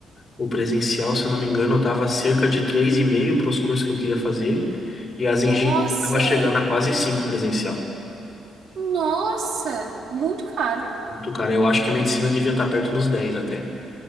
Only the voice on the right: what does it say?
Nossa!
Nossa! Muito caro.